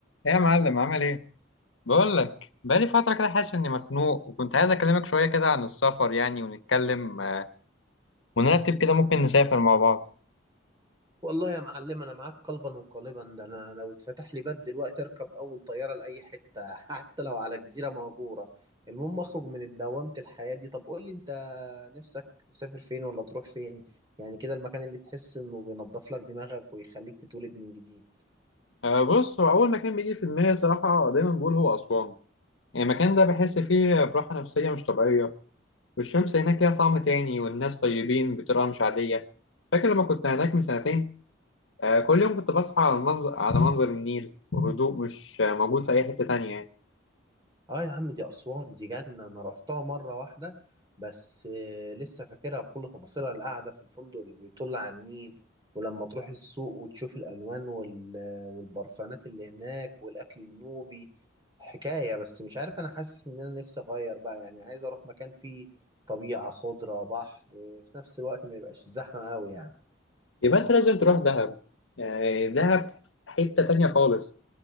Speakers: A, on the left; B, on the right.
A: ايه يا معلم عامل ايه بقول لك بقالي فتره كده حاسس اني مخنوق وكنت عايز اكلمك شويه كده عن السفر يعني ونتكلم آه، ونرتب كده ممكن نسافر مع بعض
B: والله يا معلم انا معاك قلبا وقالبا ده انا لو اتفتح لي باب دلوقتي اركب اول طياره لاي حته <laughs> حتى لو على جزيره مهجوره المهم اخرج من دوامه الحياه دي طب قول لي انت نفسك تسافر فين ولا تروح فين يعني كده المكان اللي تحس انه بينضف لك دماغك ويخليك تتولد من جديد
A: أه بص هو أول مكان بيجي في دماغي صراحة دايما بقول هو أسوان يعني المكان ده بحس فيه براحة نفسية مش طبيعية والشمس هناك ليها طعم تاني والناس طيبين بطريقة مش عادية فاكر لما كنت هناك من سنتين أه كل يوم كنت بصحى على المنظر على منظر النيل وهدوء مش آه، موجود في أي حتة تانية يعني
B: اه يا عم دي اسوان دي جنه انا روحتها مره واحده بس آه، لسه فاكرها بكل تفاصيلها القعده في الفندق اللي بيطل على النيل ولما تروح السوق وتشوف الالوان وال... والبرفانات اللي هناك والاكل النوبي حكايه بس مش عارف انا حاسس ان انا نفسي اغير بقى يعني عايز اروح مكان فيه طبيعه خضره بحر آه، في نفس الوقت ما يبقاش زحمه قوي يعني
A: يبقى أنت لازم تروح دهب يعني دهب حتة تانية خالص